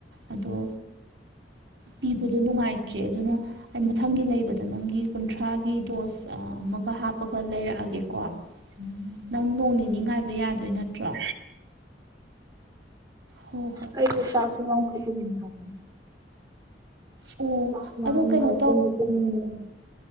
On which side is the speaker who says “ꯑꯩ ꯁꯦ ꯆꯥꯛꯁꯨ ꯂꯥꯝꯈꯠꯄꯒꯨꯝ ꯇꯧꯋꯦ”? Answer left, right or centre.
Right